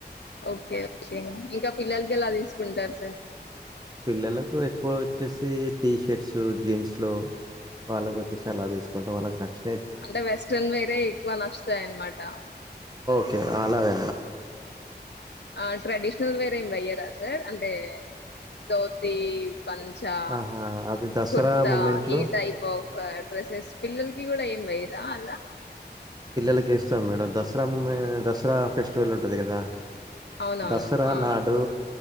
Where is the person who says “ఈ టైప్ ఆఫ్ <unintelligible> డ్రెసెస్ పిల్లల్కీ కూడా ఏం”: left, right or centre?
Left